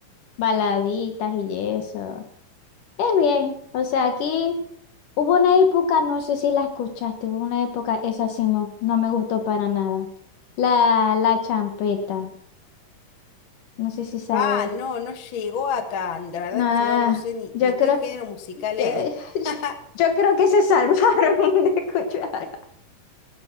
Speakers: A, on the left; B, on the left.
A: baladitas y eso. Es bien, o sea, aquí hubo una época, no sé si la escuchaste, hubo una época, esa sí no, no me gustó para nada. La, la champeta, no sé si sabes.
B: Pa, no, no llegó acá. La verdad
A: No,
B: es que no, no sé ni,
A: yo
B: ni
A: creo
B: qué género musical
A: Yo,
B: es.
A: <laughs> yo-
B: <laughs>
A: yo creo que se salvaron <laughs> de escuchar.